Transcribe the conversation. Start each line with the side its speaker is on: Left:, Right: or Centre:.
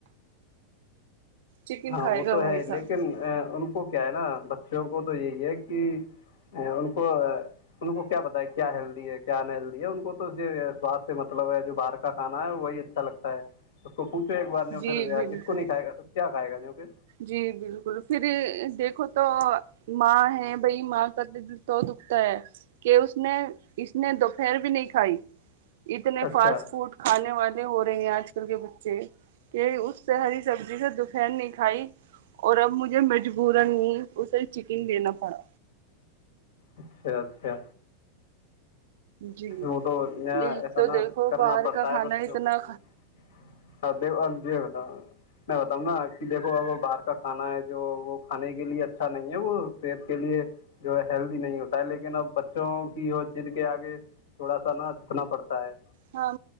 Right: چکن
Left: ہاں
Right: کھائے
Left: وہ
Right: گا
Left: تو
Right: بھائی
Left: ہے
Right: صاحب
Left: لیکن آ ان کو کیا ہے نا بچوں کو تو یہی ہے کہ یہ ان کو آ ان کو کیا پتہ کیا ہیلدی ہے کیا انہیلدی ہے ان کو تو یہ سواستھ سے مطلب ہے جو باہر کا کھانا ہے وہی اچھا لگتا ہے اس کو پوچھو ایک بار جوی
Right: جی
Left: پھر اس
Right: بالکل
Left: کو نہیں کھائے گا تو کیا کھائے گا جوی پھر
Right: جی بالکل پھر دیکھو تو ماں ہے بھائی ماں کا تو سو دکھتا ہے کہ اس نے اس نے دوپہر بھی نہیں کھائی اتنے
Left: اچھا
Right: فاسٹ فوڈ کھانے والے ہو رہے ہیں آج کل کے بچے کہ اس طحری سبزی سے دوپہر نہیں کھائی اور اب مجھے مجبورا اسے چکن دینا پڑا
Left: اچھا اچھا
Right: جی
Left: وہ تو نیا
Right: یہی
Left: ایسا
Right: تو
Left: نہ
Right: دیکھو
Left: کرنا
Right: باہر
Left: پڑتا
Right: کا کھانا
Left: ہے بچوں
Right: اتنا
Left: کے لیے سھے ہاں جی اگتا <unintelligible> میں بتاؤں نا کہ دیکھو باہر کا کھانا ہے جو وہ کھانے کے لیے اچھا نہیں ہے وہ صحت کے لیے جو ہے ہیلدی نہیں ہوتا ہے لیکن اب بچوں کی وہ جد کے آگے تھوڑا سا نا چھکنا پڑتا ہے
Right: ہاں